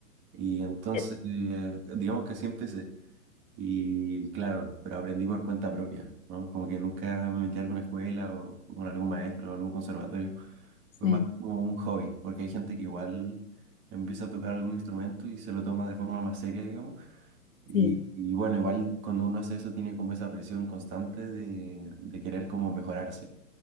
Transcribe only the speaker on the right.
Y entonces,
eh, digamos que así empecé. Y claro, pero aprendí por cuenta propia, ¿no? Como que nunca me metí a alguna escuela o con algún maestro o algún conservatorio.
Fue más como un hobby, porque hay gente que igual empieza a tocar algún instrumento y se lo toma de forma más seria, digamos. Y,
y bueno, igual cuando uno hace eso tiene como esa presión constante de, de querer como mejorarse,